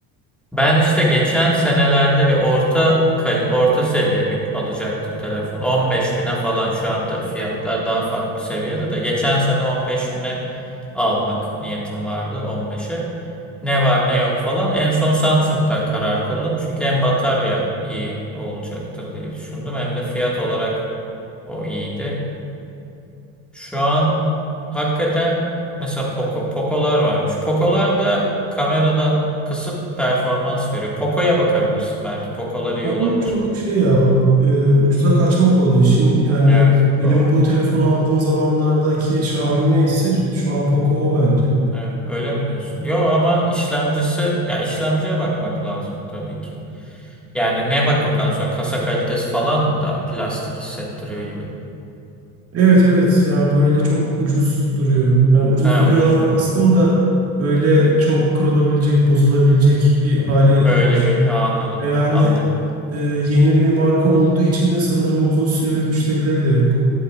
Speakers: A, in the centre; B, on the right.
A: Ben işte geçen senelerde bir orta kal- orta seviye bir alacaktım telefon. 15 bine falan şu an tabii fiyatlar daha farklı seviyede de. Geçen sene 15 bine almak niyetim vardı 15'e. Ne var ne yok falan. En son Samsung'da karar kıldım. Çünkü hem batarya iyi olacaktır diye düşündüm. Hem de fiyat olarak o iyiydi. Şu an hakikaten mesela Poco, Poco'lar varmış. Poco'lar da kameradan kısıp performans veriyor. Poco'ya bakabilirsin belki. Poco'lar iyi
B: Koku
A: olabilir.
B: çok şey ya e, ucuza kaçmak oluyor. Şimdi yani
A: Evet,
B: benim
A: doğru.
B: bu telefon aldığım zamanlardaki Xiaomi neyse şu an Poco o bence.
A: Evet, öyle mi diyorsun? Yo ama işlemcisi ya işlemciye bakmak lazım tabii ki. Yani ne bakımdan sonra kasa kalitesi falan mı daha plastik hissettiriyor gibi.
B: Evet evet yani böyle çok ucuz duruyor. Yani ucuz
A: Ha
B: duruyordan
A: ucuz duruyor.
B: kastım da böyle çabuk kırılabilecek, bozulabilecek
A: Hı hı.
B: bir hali
A: Öyle
B: var.
A: bir ha, anladım.
B: Ve yani
A: Anladım.
B: e, yeni bir marka olduğu için de sanırım uzun süreli müşterileri de yok.